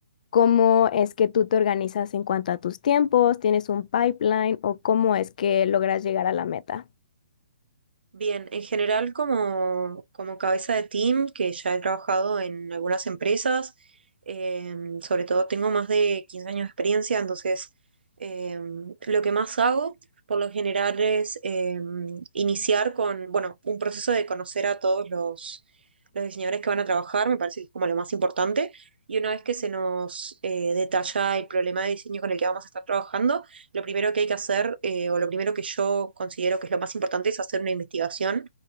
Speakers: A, on the left; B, on the right.
A: cómo es que tú te organizas en cuanto a tus tiempos, tienes un pipeline o cómo es que logras llegar a la meta.
B: Bien, en general como, como cabeza de team, que ya he trabajado en algunas empresas, eh, sobre todo tengo más de 15 años de experiencia, entonces eh, lo que más hago por lo general es eh, iniciar con, bueno, un proceso de conocer a todos los, los diseñadores que van a trabajar, me parece que es como lo más importante, y una vez que se nos eh, detalla el problema de diseño con el que vamos a estar trabajando, lo primero que hay que hacer, eh, o lo primero que yo considero que es lo más importante, es hacer una investigación,